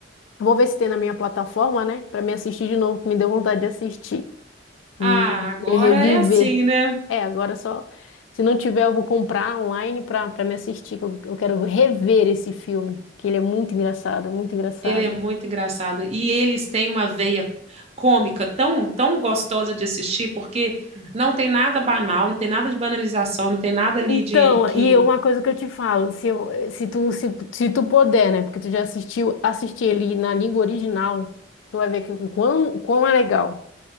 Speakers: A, on the left; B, on the right.
A: vou ver se tem na minha plataforma, né, para me assistir de novo, que me deu vontade de assistir
B: Ah,
A: e,
B: agora
A: e reviver.
B: é assim, né?
A: É, agora só, se não tiver, eu vou comprar online para para me assistir, que eu, eu quero rever esse filme, que ele é muito engraçado, muito engraçado.
B: Ele é muito engraçado. E eles têm uma veia cômica tão, tão gostosa de assistir, porque não tem nada banal, não tem nada de banalização, não tem nada ali
A: Então,
B: de que.
A: e uma coisa que eu te falo, se, eu- se tu, se, se tu puder, né? Porque tu já assistiu, assistir ele na língua original, tu vai ver que o quão, o quão é legal.